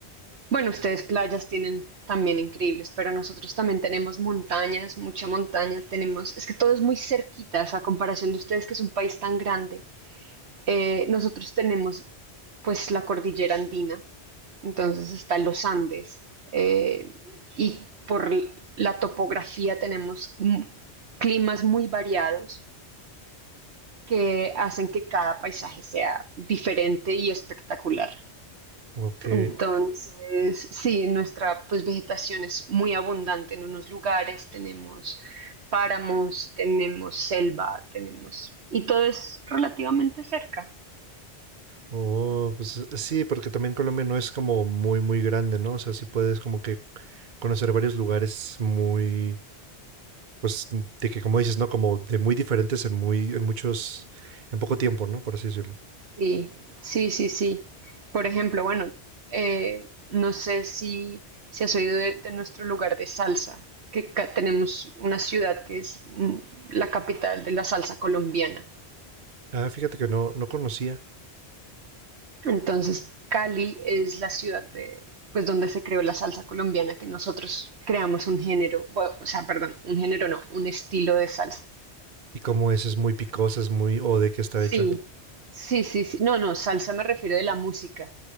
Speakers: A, on the right (about 75°); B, on the right (about 45°).
A: Bueno, ustedes playas tienen también increíbles, pero nosotros también tenemos montañas, mucha montaña, tenemos, es que todo es muy cerquita, a comparación de ustedes que es un país tan grande, eh, nosotros tenemos pues la cordillera andina, entonces están los Andes, eh, y por la topografía tenemos climas muy variados que hacen que cada paisaje sea diferente y espectacular.
B: Ok.
A: Entonces, sí, nuestra pues vegetación es muy abundante en unos lugares, tenemos páramos, tenemos selva, tenemos y todo es relativamente cerca.
B: Oh, pues sí, porque también Colombia no es como muy, muy grande, ¿no? O sea, sí puedes como que conocer varios lugares muy, pues, de que como dices, ¿no? Como de muy diferentes en muy, en muchos, en poco tiempo, ¿no? Por así decirlo.
A: Sí, sí, sí, sí. Por ejemplo, bueno, eh, no sé si, si has oído de, de nuestro lugar de salsa, que ca- tenemos una ciudad que es mm, la capital de la salsa colombiana.
B: Ah, fíjate que no, no conocía.
A: Entonces, Cali es la ciudad de, pues, donde se creó la salsa colombiana, que nosotros creamos un género, bueno, o sea, perdón, un género no, un estilo de salsa.
B: Y como es, es muy picosa, es muy, o de qué está hecha.
A: Sí, sí, sí, sí. No, no, salsa me refiero de la música,